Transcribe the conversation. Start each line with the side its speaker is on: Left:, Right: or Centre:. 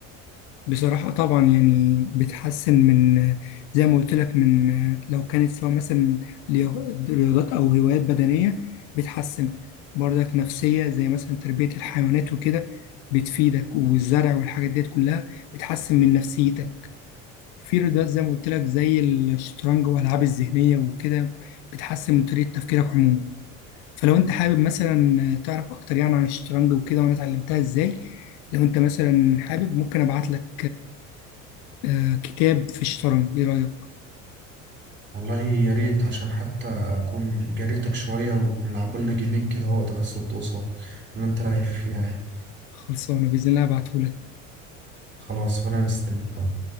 Left: بصراحة طبعا يعني بتحسن من زي ما قلت لك من لو كانت سواء مثلا ليو- رياضات أو هوايات بدنية بتحسن برضك نفسية زي مثلا تربية الحيوانات وكده بتفيدك والزرع والحاجات ديت كلها بتحسن من نفسيتك في رياضات زي ما قلت لك زي الشطرنج والألعاب الذهنية وكده بتحسن من طريقة تفكيرك عموما فلو أنت حابب مثلا تعرف أكتر يعني عن الشطرنج وكده وأنا اتعلمتها إزاي لو أنت مثلا حابب ممكن أبعت لك آه كتاب في الشطرنج ايه رأيك
Right: والله يا ريت عشان حتى اكون جريتك شويه ونلعبوا لنا جيمين كده واقدر اصد قصاد اللي انت لعيب فيها يعني
Left: خلصانة بإذن الله هبعتهولك
Right: خلاص وانا مستنيك اهو